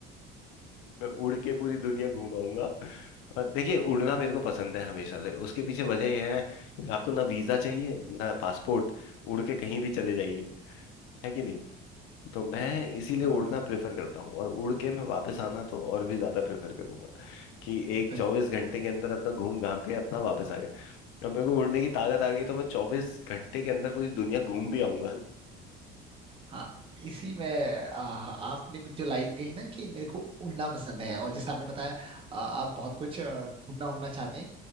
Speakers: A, on the left; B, on the right.
A: मैं उड़ के पूरी दुनिया घुमाऊंगा और देखिए उड़ना मेरे को पसंद है हमेशा से उसके पीछे वजह यह है आपको ना वीजा चाहिए ना पासपोर्ट उड़ के कहीं भी चले जाइए है कि नहीं तो मैं इसीलिए
B: हाँ
A: उड़ना प्रेफर करता हूँ और उड़ के मैं वापस आना तो और भी ज्यादा प्रेफर करूंगा कि एक
B: बिल्कुल
A: चौबीस घंटे के अंदर अपना घूम घाम के अपना वापस आ गए अब मेरे को उड़ने की ताकत आ गई तो मैं चौबीस घंटे के अंदर पूरी दुनिया घूम भी आऊंगा
B: हाँ इसी में आ, आपने भी जो लाइन कही ना कि मेरे को उड़ना पसंद है और जैसे आपने बताया आ, आप बहुत कुछ आ, घूमना घूमना चाहते हैं